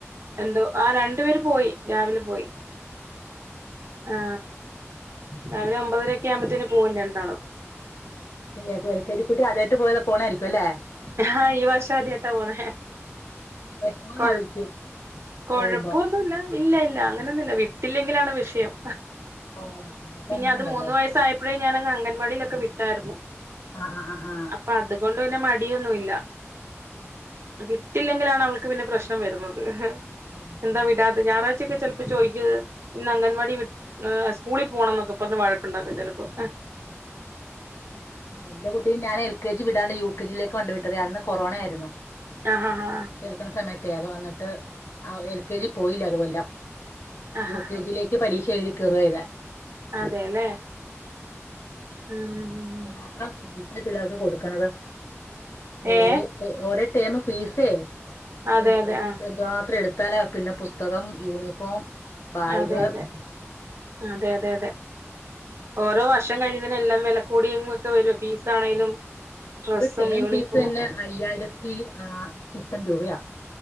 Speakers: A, on the right; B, on the left.
A: എന്തോ ആഹ് രണ്ടു പേര് പോയി രാവിലെ പോയി ആ രാവിലെ ഒമ്പതരൊക്കെ ആവുമ്പത്തേന് പോകും രണ്ടാണ്
B: എ എൽ കെ ജി കുട്ടി അതായിട്ട് പോയെ പോണായിരിക്കും അല്ലേ
A: ആഹ ഈ വർഷം അതായിട്ടാ പോണ
B: വിഷമമായിരിക്കും
A: കൊഴപ്പ കൊഴപ്പൊന്നുംല്ല
B: പോകുമ്പോ
A: ഇല്ല ഇല്ല അങ്ങനെയൊന്നുമല്ല വിട്ടില്ലെങ്കിലാണ് വിഷയം
B: ഓ
A: പിന്നെ
B: അങ്ങനെയുണ്ടല്ലോ
A: അത് മൂന്ന് വയസായപ്പോഴേ ഞാൻങ് അംഗൻവാടിയിലൊക്കെ വിട്ടായിരുന്നു
B: ആ ആ ആ ആ
A: അപ്പൊ അതുകൊണ്ട് പിന്നെ മടിയൊന്നുമല്ല വിട്ടില്ലെങ്കിലാണ് അവൾക്ക് പിന്നെ പ്രശ്നം വരുന്നത്
B: അതെ
A: എന്താ
B: ആ
A: വിടാത്തെ ഞായറായ്ച്ച ചെല്പ്പംചോയ് ഇന്ന്അങ്ങൽവാടി സ്കൂ പോണം എന്നൊക്കെ പറഞ്ഞഞ് വഴക്കുണ്ടാക്കും ചിലപ്പോ
B: ആ എന്റെ കുട്ടി ഞാ എൽ കെ ജി വിടാണ് യു കെ ജിേ കൊണ്ടണ്ട് വിട്ടത് അന്ന് കൊറോണ ആായിരുന്നു
A: ആഹ ആ
B: ചെറുക്കണ സമയത്തേ അതോ വ എന്നിട്ട് ആ എൽ കെ ജി പോയില്ല ഒരു കൊല്ലം
A: ആഹാ
B: യു കെ ജിയിലേക്ക് പഠീക്ഷ എഴുതി കയറു ചെയ്താ
A: അതെല്ലേ ഉം
B: അതിനാത്രം ടിസ്പിളി പിള്ളേർക്ക് കൊടുക്കണത് ഒര
A: ഏ
B: ഒര ടൈമ ഫീസേ
A: അതെ
B: എ
A: അതെ ആ
B: എതുമാത്രം എടുത്താലാ പിന്നെ പുസ്തകം യൂണിഫോം ബാഗ്
A: അതെ അതെ അതെ അതെ അതെ ഓരോ വർഷം കഴിുന്നതിന എല്ലാം വില കൂടിയൊക്കെ വരും ഫീസ് ആണെലും
B: ആഹ്
A: ഡ്രെസ്സും
B: ഒരു ടേം
A: യൂണിഫോമും
B: ഫീസ് തന്നെ അയ്യായിരത്തി ആ് ഷിഷ്ടം രൂപയാ